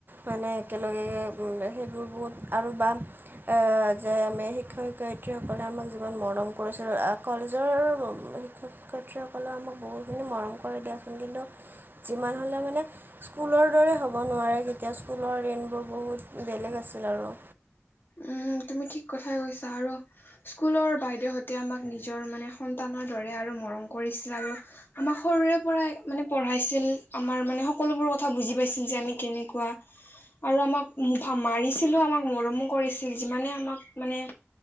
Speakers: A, on the right (about 45°); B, on the left (about 50°).
A: মানে একেলগে সেইবোৰ বহুত আৰু বাল এ যে আমি শিক্ষক শিক্ষয়িত্ৰীসকলে আমাক যিমান মৰম কৈছোঁ কলেজৰ শিক্ষক শিক্ষয়িত্ৰীসকলৰ আমাক বহুখিনি মৰম কৰি দিয়াচোন কিন্তু যিমান হ'লেও মানে স্কুলৰ দৰে হ'ব নোৱাৰে কেতিয়াও স্কুলৰ দিনবোৰ বহুত বেলেগ আছিল আৰু
B: উম তুমি ঠিক কথাই কৈছা আৰু স্কুলৰ বাইদেউহঁতে আমাক নিজৰ মানে সন্তানৰ দৰে আৰু মৰম কৰিছিল আৰু আমাৰ সৰুৰে পৰাই মানে পঢ়াইছিল আমাৰ মানে সকলোবোৰ কথা বুজি পাইছিল যে আমি কেনেকুৱা আৰু আমাক মু মাৰিছিলো আমাক মৰমো কৰিছিল যিমানে আমাক মানে